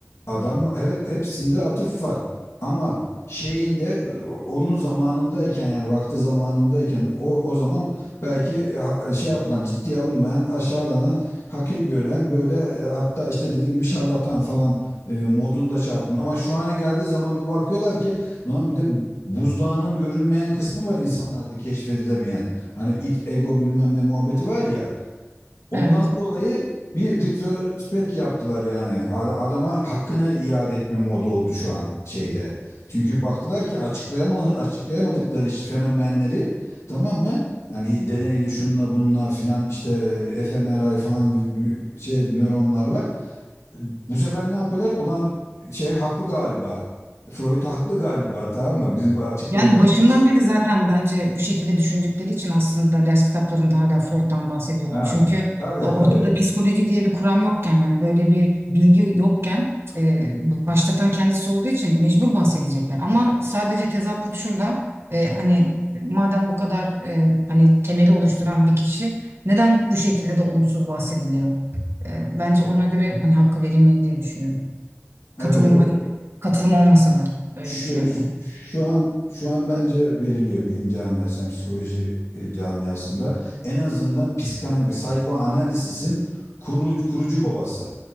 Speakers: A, on the left; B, on the right.
A: Adam evet hepsinde atıf var. Ama şeyinde onun zamanındayken yani vakti zamanındayken o, o zaman belki ha- şey yapılan ciddiye alınmayan aşağılanan hakir gören böyle e, hatta işte dediğim gibi şarlatan falan e, modunda şey yapın. Ama şu ana geldiği zaman bir bakıyorlar ki ulan bir de buzdağının görünmeyen kısmı var insanlarda keşfedilemeyen. Hani it ego bilmem ne muhabbeti var ya. Ondan
B: Evet.
A: dolayı bir retrospekt yaptılar yani. Ad- Adama hakkını iade etme modu oldu şu an şeyde. Çünkü baktılar ki açıklayama, açıklayamadıkları ş- fenomenleri tamam mı? Yani deneyle şunla bununla filan işte fMRI falan bir- bir şey nöronlarla. Bu sefer ne yapıyorlar? Olan şey haklı galiba. Freud haklı galiba tamam mı? Bizim açıklayamadığımız.
B: Yani başından beri zaten bence bu şekilde düşündükleri için aslında ders kitaplarında hala Freud'dan bahsediyorlar.
A: Ha.
B: Çünkü
A: Tabii
B: ortada
A: tabii.
B: psikoloji diye bir kuram yokken yani böyle bir bilgi yokken e, başlatan kendisi olduğu için mecbur bahsedecekler. Ama sadece tezatlık şurada e, hani madem bu kadar e, hani temeli oluşturan bir kişi neden bu şekilde de olumsuz bahsediliyor? E, bence ona göre hani hakkı verilmeli diye düşünüyorum. Katılım,
A: Evet evet.
B: katılım olmasa da öyle
A: Şu,
B: düşünüyorum.
A: şu an şu an bence veriliyor bilim camiasında, psikoloji e, camiasında en azından psikanaliz, psikoanalizisin kurucu, kurucu babası.